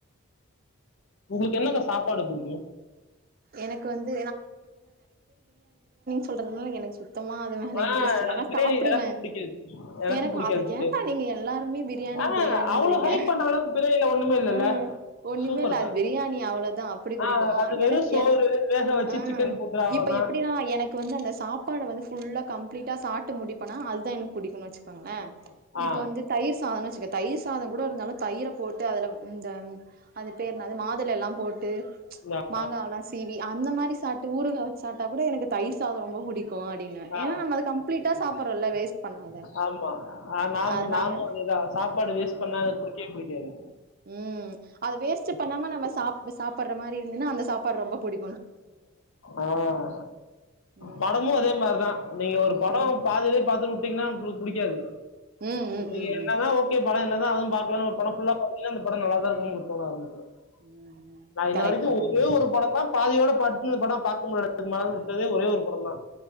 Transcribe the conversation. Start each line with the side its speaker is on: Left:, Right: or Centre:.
Left: உங்குளுக்கு என்னக்கா சாப்பாடு புடிக்கும்
Right: எனக்கு வந்து சொல்றது எனக் சுத்தமா அது மேல
Left: ஆ
Right: இன்ட்ரெஸ்ட்
Left: எனக்கு
Right: இல்ல ஆனா
Left: பிரியாணி
Right: சாப்பிடுவே
Left: எனக்கும் பிடிக்காது எனக்கும்
Right: எனக்கு
Left: பிடிக்காது
Right: அத
Left: பிரியாணி
Right: ஏண்டா நீங்க எல்லாருமே பிரியாணி
Left: ஆ
Right: பிரியாணீன்றிங்க
Left: அவ்வளோ ஹைப் பண்ற அளவுக்கு பிரியாணில ஒண்ணுமே இல்லைல்ல
Right: ஆஹ் ஒண்ணுமே
Left: சூப்பர்க்கா
Right: இல் அது பிரியாணி அவ்ளவுதா அப்புடி பிடிக்கு
Left: ஆ அது வெறும்
Right: எனக்கு
Left: சோறு வேக வச்சு
Right: ஆஹ்
Left: சிக்கன் போட்டு அவ்வளவுதான்
Right: இப்ப எப்பிடிலா எனக்கு வந்து அந்த சாப்பாட வந்து ஃபுல்லா கம்பிளீட்டா சாப்ட்டு முடிப்பனா அது தா எனக் புடிக்கும்னு வச்சுக்கோங்கள
Left: ஆ, ஆ
Right: இப்ப வந்து தயிர் சாதம் வச்சுக்க தயிர் சாத கூட இருந்தாலு தயிர போட்டு அதுல இந்த அது பேர் என்னாது மாதுளல்லாம் போட்டு ச்
Left: நா-
Right: மாங்கால்லாம் சீவி அந்த மாரி சாப்ட்டு ஊருகா வச்சூ சாப்ட்டா கூட எனக்கு தயிர் சாதம் ரொம்ப புடிக்கும் அப்டினுவேன்
Left: ஆ,
Right: ஏனா நம்ம அத கம்ப்ளீட்டா சாப்றம்ல்ல வேஸ்ட் பண்ணாத
Left: ஆமா ஆஹ் நான்
Right: அதனால
Left: நானும் அதேதான் சாப்பாடு வேஸ்ட் பண்ணா எனக்கு புடிக்கவே புடிக்காது
Right: உம் அது வேஸ்ட் பண்ணாம நம்ம சாப் சாப்டுற மாரி இருந்துன்னா அந்த சாப் ரொம்ப புடி
Left: ஆஹ்
Right: ம்
Left: படமும் அதே மாரிதான் நீங்க ஒரு படம்
Right: ம் ம்
Left: பாதிலேயே பாத்து தீங்னா புடிக்காது
Right: ம்
Left: நீங்க
Right: ம்
Left: என்னதான்
Right: ம்
Left: ஓகே படம் என்னதான் ஆவும் பாக்கலாம் படம்புல்லா ஒரு படம் பாத்தீங்கன்னா படம் நல்லாதா இருக்கும் உங்களுக்கு தோண ஆரம்பிச்சுரும்
Right: ம்
Left: நான் இன்ன
Right: கரெக்ட்பா
Left: வரைக்கும்
Right: கரெக்ட்
Left: ஒரே ஒரு படம் தான் ஃபேமிலியோட பாத்து படம் பாக் வுட்டதே ஒரே ஒரு படம் தான்